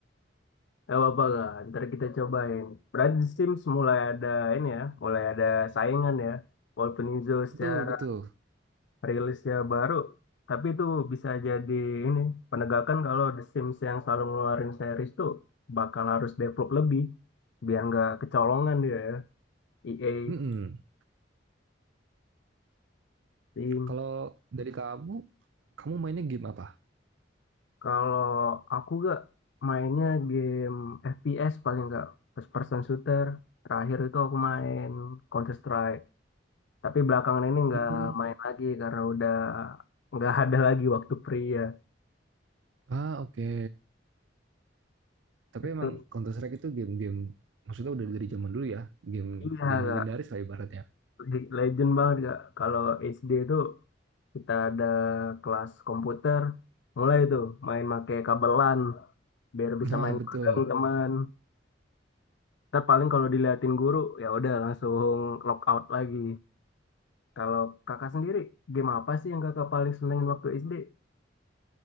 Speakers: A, on the left; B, on the right.
A: gak apa-apa gak? Ntar kita cobain. Berarti Sims mulai ada ini ya, mulai ada saingan ya. Walaupun Izo
B: Betul,
A: secara
B: betul.
A: rilisnya baru tapi itu bisa jadi ini penegakan kalau The Sims yang selalu ngeluarin series tuh bakal harus develop lebih biar nggak kecolongan dia ya EA
B: Mm-mm.
A: Steam
B: Kalau dari kamu, kamu mainnya game apa?
A: kalau aku gak mainnya game FPS paling nggak first person shooter terakhir itu aku main Counter Strike tapi belakangan ini nggak
B: Hmm.
A: main lagi karena udah nggak ada lagi waktu free ya.
B: Ah, oke. Tapi
A: itu
B: emang Counter Strike itu game-game, maksudnya udah dari zaman dulu ya, game
A: Iya, Kak.
B: game legendaris lah ibaratnya.
A: League Legend banget kak. Kalau SD itu kita ada kelas komputer, mulai tuh main make kabelan biar bisa
B: Nah,
A: main
B: <laughs> betul.
A: bareng teman. Ntar paling kalau diliatin guru ya udah langsung lockout lagi. Kalau kakak sendiri game apa sih yang kakak paling senengin waktu SD?